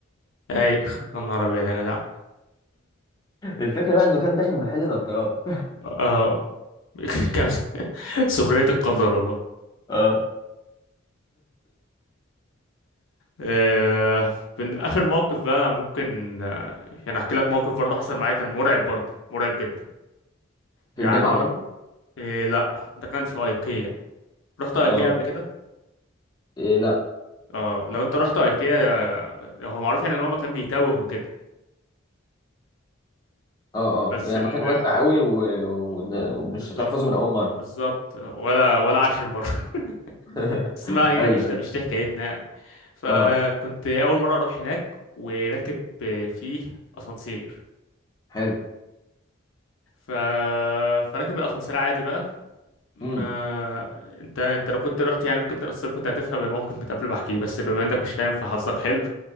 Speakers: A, on the left; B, on the left.
A: اي <laughs> يا نهار ابيض يا جدع
B: الفكره بقى انه كان داخل محل نضارات
A: اه <laughs> كان سخرية القدر والله
B: اه
A: آه، من اخر موقف بقى ممكن آه، يعني احكي لك موقف برضه حصل معايا كان مرعب برضه مرعب جدا
B: في
A: يعني
B: الجامعه برضه
A: إيه لا ده كان في ايكيا رحت ايكيا
B: اه
A: قبل كده
B: إيه لا
A: اه لو انت رحت ايكيا هو معروف يعني ان هو مكان بيتاوه وكده
B: اه
A: بس
B: اه يعني
A: ال
B: مكان واسع قوي و...
A: آه،
B: ون- ومش
A: بالظبط
B: هتحفظه من اول مره
A: بالظبط ولا ولا عشر مرة
B: <laughs>
A: <laughs> بس ما علينا
B: ايوه
A: مش
B: ايوه
A: ده مش دي حكايتنا يعني فكنت
B: اه
A: أول مرة أروح هناك وراكب فيه أسانسير
B: حلو
A: ف... فراكب الأسانسير عادي بقى ما
B: امم
A: انت انت لو كنت رحت يعني ركبت القصر كنت هتفهم الموقف من قبل ما احكيه بس بما انك مش فاهم فحظك حلو